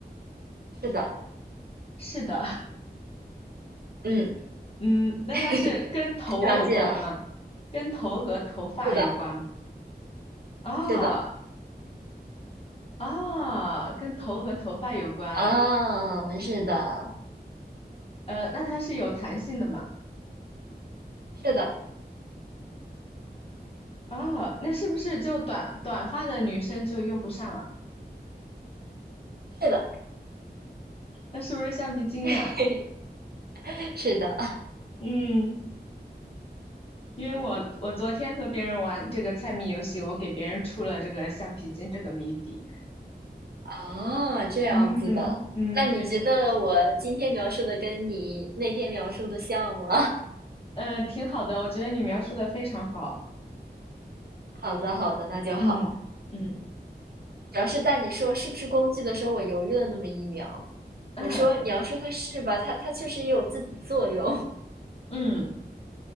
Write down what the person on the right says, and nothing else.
是的，
嗯，
<laughs> 非常近了，
是的，
是的，
啊，是的，
是的，
是的，
<laughs> 是的，
啊，这样子的，
那你觉得我今天描述的跟你那天描述的像吗？
好的，好的，那就好。
主要是在你说是不是工具的时候，我犹豫了那么一秒。
我说你要说它是吧，它它确实也有自己的作用。